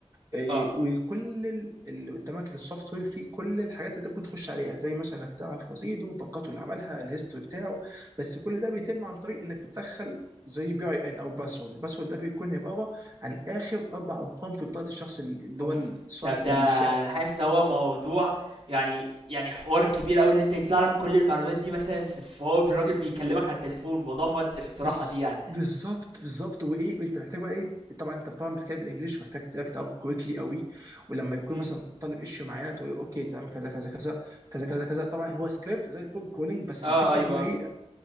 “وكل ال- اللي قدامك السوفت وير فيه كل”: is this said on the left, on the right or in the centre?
Right